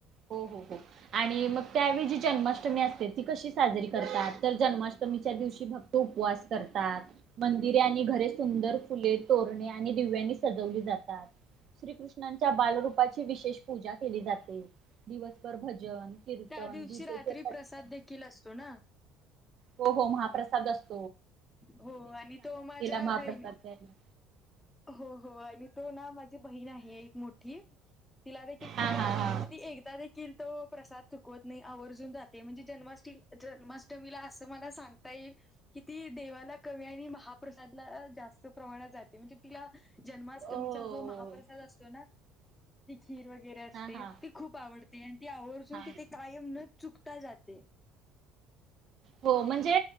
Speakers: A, on the right; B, on the left.
A: हो हो हो आणि मग त्यावेळी जी जन्माष्टमी असते ती कशी साजरी करतात तर जन्माष्टमीच्या दिवशी भक्त उपवास करतात मंदिरे आणि घरे सुंदर फुले तोरणे आणि दिव्यांनी सजवली जातात श्रीकृष्णांच्या बालरूपाची विशेष पूजा केली जाते दिवसभर भजन कीर्तन
B: त्या दिवशी
A: गीतेचे
B: रात्री
A: पठण
B: प्रसाद देखील असतो ना
A: हो हो महाप्रसाद असत
B: हो आणि तो माझ्या
A: महाप्रसाद
B: बहिणी
A: घ्यायला
B: हो हो आणि तो ना माझी बहीण आहे एक मोठी तिला देखील खूप
A: हा
B: आवडतो
A: हा हा
B: म्हणजे ती एकदा देील तो प्रसाद चुकवत नाही आवर्जून जाते म्हणजे जन्मा जन्माष्टमीला असं मला सांगताय की देवाला कमी आणि महाप्रदला जास्त प्रणात जाते म्हणजे तिला जन्माष्टमीचा
A: ओ
B: जो महाप्रसाद असतो ना ती खीर वगैरे असते
A: हां हां
B: ती खूप आवडते आणि ती आवर्जून
A: हां.
B: तिथे कायम न चुकते जात
A: हो म्हणजे